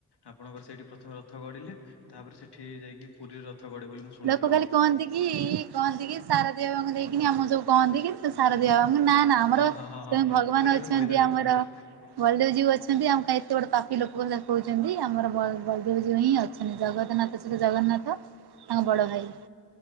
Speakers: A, on the left; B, on the right.
A: ଆପଣଙ୍କର ସେଇଠି ପ୍ରଥମେ ରଥ ଗଡ଼ିଲେ ତାପରେ ସେଠି ଯାଇକି ପୁରୀରେ ରଥ ଗଡେ ବୋଲି ମୁଁ ଶୁଣିଛି
B: ଲୋକ
A: କଣ।
B: ଖାଲି କହନ୍ତି କି କହନ୍ତି କି ସାରଦିଆ ବାବୁଙ୍କୁ ଦେଇକି ଆମ ଯ କହନ୍ତି କି ସାରଦିଆ ବାବୁ ଙ୍କୁ ନା ନା। ଆମର
A: ହଁ ହଁ ହଁ
B: ସେ
A: ହଁ
B: ଭଗବାନ୍
A: ମୁଁ ଏଇଟା
B: ଅଛନ୍ତି
A: ଏବେ କହିଥାନ୍ତି
B: ଆମର।
A: ଆପଣଙ୍କୁ
B: ବଳଦେବଜୀଉ ଅଛନ୍ତି। ଆମ କୁ ଏତେ ବଡ଼ ପାପି ଲୋକ ବୋଲି କହୁଛନ୍ତି ଆମର ବଳଦେବ ଜ୍ଵାଇଁ ହିଁ ଜଗନ୍ନାଥ ସେ ଜଗନ୍ନାଥ ତାଙ୍କ ବଡ଼ ଭାଇ।